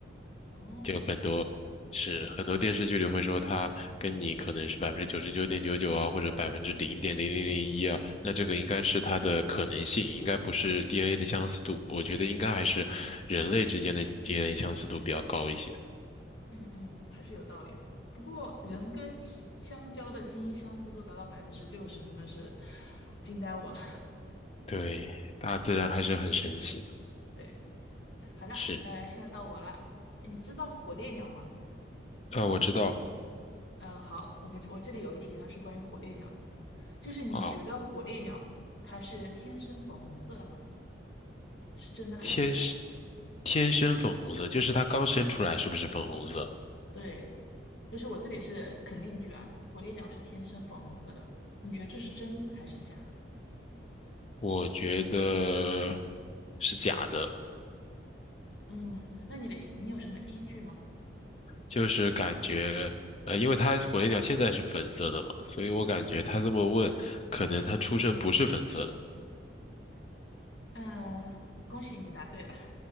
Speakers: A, on the left; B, on the left.
A: 哦，
B: 就很多是很多电视剧里会说他跟你可能是百分之九十九点九九啊，
A: 是，
B: 或者百分之零点零零零一啊，那这个应该是它的可能性，应该不是 DNA 的相似度，我觉得应该还是人类之间的 DNA 相似度比较高一些。
A: 嗯嗯，还是有道理的。不过人跟香蕉的基因相似度达到百分之六十，
B: 嗯，
A: 真的是惊呆我了。
B: 对，大自然还是很神奇的。
A: <laughs> 对。好的，
B: 是，
A: 呃，现在到我了。你知道火烈鸟吗？
B: 啊，我知道，
A: 嗯，好，我们我这里有一题呢，是关于火烈鸟的，就是你觉得火烈鸟它是天生粉红色的吗？
B: 啊，
A: 是真的还是假？
B: 天生天生粉红色，就是它刚生出来是不是粉红色？
A: 对，就是我这里是肯定句啊，火烈鸟是天生粉红色的，你觉得这是真还是假？
B: 我觉得是假的。
A: 嗯，那你的你有什么依据吗？
B: 就是感觉，呃，因为他火烈鸟现在是粉色的嘛，所以我感觉他这么问，可能他出身不是粉色的。
A: 呃，恭喜你答对了。